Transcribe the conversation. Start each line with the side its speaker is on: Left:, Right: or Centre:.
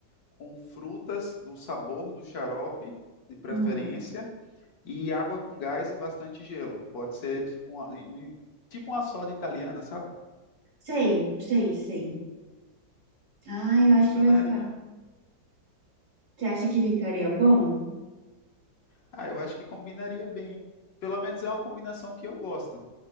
Left: com frutas do sabor do xarope, de preferência,
Right: Hum.
Left: e água com gás e bastante gelo. Pode ser tipo uma, um- tipo uma soda italiana, sabe?
Right: Sei, sei, sei. Ah, eu acho
Left: Funcionaria.
Right: que vai ficar. Você acha que ficaria bom?
Left: Ah, eu acho que combinaria bem. Pelo menos é uma combinação que eu gosto.